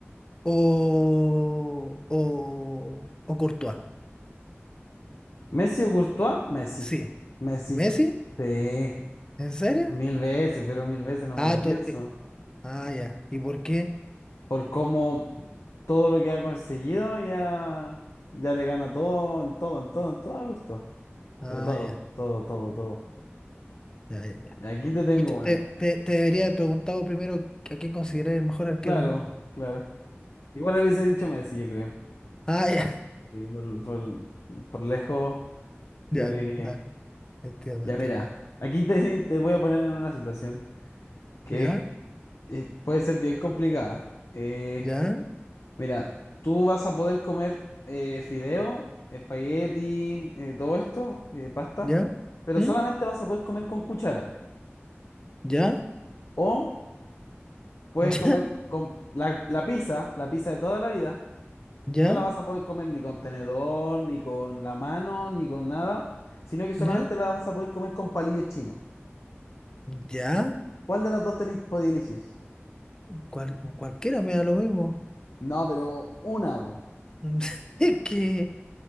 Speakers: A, on the left; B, on the left.
A: o, o, o Courtois?
B: Messi o Courtois, Messi,
A: Sí.
B: Messi.
A: ¿Messi?
B: Sí,
A: ¿En serio?
B: mil veces, pero mil veces no
A: Ah,
B: me la
A: to-
B: pienso.
A: eh, ah, ya. ¿Y por qué?
B: Por cómo todo lo que ha conseguido ya, ya le gana todo, en todo, en todo, en todo a Courtois.
A: Ah,
B: Pero todo,
A: ya,
B: todo, todo, todo.
A: ya, ya, ya.
B: Aquí te tengo
A: Pucha, te,
B: una, mira.
A: te- te debería haber preguntado primero a quién considerar el mejor arquero
B: Claro,
A: del mundo.
B: claro. Igual a dicho Messi, yo creo.
A: Ah, ya,
B: Sí, por, por, por lejos,
A: <laughs> ya,
B: yo creo que...
A: dale, entiendo,
B: Ya
A: entiendo.
B: mira, aquí te, te voy a poner en una situación que
A: ¿Ya?
B: eh, puede ser bien complicada. Eh,
A: ¿Ya?
B: Mira, tú vas a poder comer eh, fideo, espagueti, eh, todo esto, eh, pasta,
A: ¿Ya?
B: pero
A: ¿Mm?
B: solamente vas a poder comer con cuchara.
A: ¿Ya?
B: O puedes
A: <laughs>
B: comer con la, la pizza, la pizza de toda la vida,
A: ¿Ya?
B: no la vas
A: ¿Ya?
B: a poder comer ni con tenedor, ni con la mano, ni con nada, sino que solamente
A: ¿Ya?
B: la vas a poder comer con palillos chinos.
A: ¿Ya?
B: ¿Cuál de las dos tenéis podéis elegir?
A: cual- cualquiera me da lo mismo.
B: No, pero una, bu.
A: <laughs> Es que